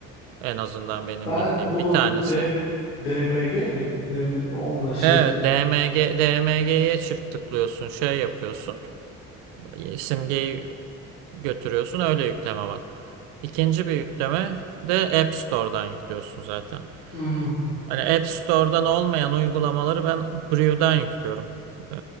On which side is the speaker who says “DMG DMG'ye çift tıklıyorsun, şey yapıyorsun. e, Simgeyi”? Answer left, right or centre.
Right